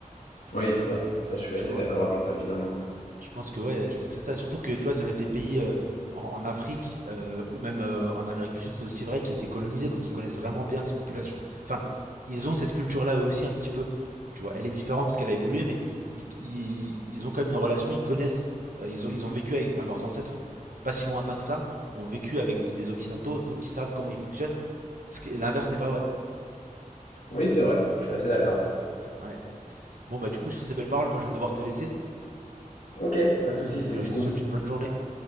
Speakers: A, on the left; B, on the right.
A: Oui, c'est vrai. Ça, je suis
B: Tu
A: assez
B: vois
A: d'accord avec ça, finalement.
B: Je pense que ouais, je pense que c'est ça. Surtout que tu vois, ça va être des pays euh, en, en Afrique euh, ou même euh, en Amérique du Sud, c'est aussi vrai, qui étaient colonisés, donc ils connaissent vraiment bien ces populations. Enfin, ils ont cette culture-là eux aussi un petit peu. Tu vois, elle est différente parce qu'elle a évolué, mais ils, ils- ils ont quand même une relation, ils connaissent, euh, ils ont, ils ont vécu avec, enfin, leurs ancêtres, pas si lointains que ça, ont vécu avec des Occidentaux, donc ils savent comment ils fonctionnent. Ce que- L'inverse n'est pas vrai,
A: Oui, c'est vrai. Je suis assez d'accord.
B: tu vois. Ouais. Bon bah du coup sur ces belles paroles, moi je vais devoir te laisser.
A: Ok, pas de souci,
B: Donc
A: c'était
B: euh, je
A: cool.
B: te souhaite une bonne journée.